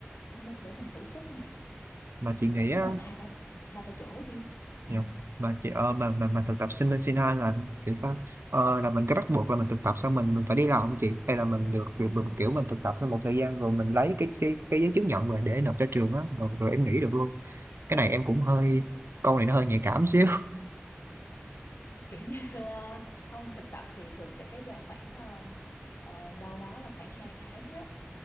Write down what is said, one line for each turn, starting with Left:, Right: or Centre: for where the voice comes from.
Left: để mình để mình thử sức mà
Right: Mà chị
Left: thì
Right: nghĩ
Left: mình cứ
Right: á
Left: nộp hai ba hai ba chỗ đi ừ.
Right: Dạ. Mà chị ờ, mà, mà, mà thực tập sinh bên Sinh Hai là kiểu sao ờ, là mình có bắt buộc là mình thực tập xong mình, mình phải đi làm không chị hay là mình được được, được kiểu mình thực tập sau một thời gian rồi mình lấy cái cái cái giấy chứng nhận rồi để nộp cho trường á rồi, rồi em nghỉ được luôn cái này em cũng hơi câu này nó hơi nhạy cảm xíu
Left: À, kiểu như ờ, không thực tập thì thường sẽ kéo dài khoảng ờ, ờ, đâu đó là khoảng 2 tháng á